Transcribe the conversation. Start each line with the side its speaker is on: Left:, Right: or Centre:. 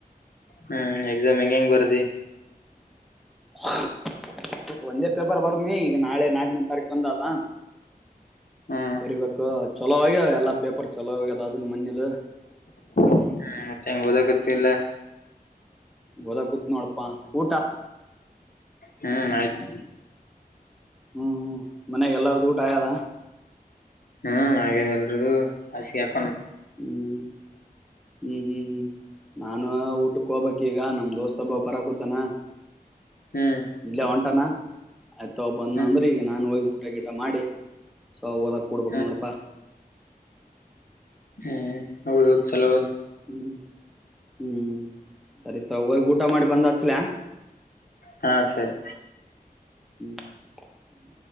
Left: ಹ್ಮ್ ಎಕ್ಸಾಮ್ ಹೆಂಗ ಹೆಂಗ್ ಬರದಿ.
Centre: ಹ <unintelligible> ಒಂದೇ ಪೇಪರ್ ಬರ್ನ ಈಗ ನಾಳೆ ನಾಕನೇ ತಾರೀಕು ಬಂದಾದ.
Left: ಹ್ಮ್
Centre: ಬರಿಬೇಕು ಚಲೋ ಆಗ್ಯ ಎಲ್ಲಾ ಪೇಪರ್ ಚಲೋ ಆಗ್ಯದ ಅದನ್ನ ಮೊನ್ನದು.
Left: ಹ್ಮ್ ಮತ್ತೆ ಹೆಂಗ್ ಹಓದಾಗತ್ತ ಇಲ್ಲ.
Centre: ಬೋದ ಕೂತ್ ನೋಡಪ್ಪಾ ಊಟ.
Left: ಹ್ಮ್ ಆಯ್ತು.
Centre: ಹ್ಮ್ ಹ್ಮ್ ಮನ್ಾಗ ಎಲ್ಲಾರ್ದು ಊಟ ಆಗದ.
Left: ಹ್ಮ್ ಹಾಗೇಿದೆ ಎಲ್ರದು <unintelligible>
Centre: ಹ್ಮ್ ಹ್ಮ್ ಹ್ಮ್ ಹ್ಮ್. ನಾನ ಊಟಕ್ಕೆ ಹೋಗಬಕ್ ಈಗ ನಮ್ ದೋಸ್ತ ಹಬ್ಬ ಬರಕೂತಾನ.
Left: ಹ್ಮ್
Centre: ಇಲ್ಲೇ ಒಂಟಾನ ಆಯ್ತಾವ ಬಂದ
Left: ಹ್ಮ್
Centre: ಅಂದ್ರೆ ಈಗ ನಾನು ಹೋಗ್ಬಿಟ್ಟ. ಊಟ ಗೀಟ ಮಾಡಿ ಸೊ ಓದಕ್ ಕುೂಡ್ಬೇಕಕ್
Left: ಹ್ಮ್
Centre: ನೋಡಪಾ.
Left: ಹ್ಮ್ ಹೌದೌದು್ ಚಲೋ ಹೌದು.
Centre: ಹ್ಮ್ ಹ್ಮ್ ಸರಿತ ಹೋಗ ಊಟ ಮಾಡಿ ಬಂದ ಹಚ್ಲ.
Left: ಹಾ ಸರಿ.
Centre: ಹ್ಮ್.